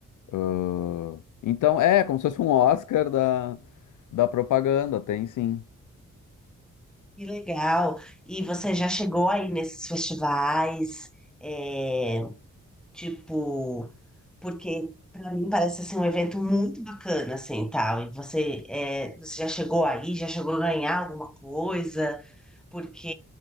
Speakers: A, on the left; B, in the centre.
A: Ah, então, é como se fosse um Oscar da, da propaganda, tem sim.
B: Que legal. E você já chegou aí nesses festivais, é, tipo. porque para mim parece assim, um evento muito bacana, assim, tal. E você, é, você já chegou aí, já chegou a ganhar alguma coisa, porque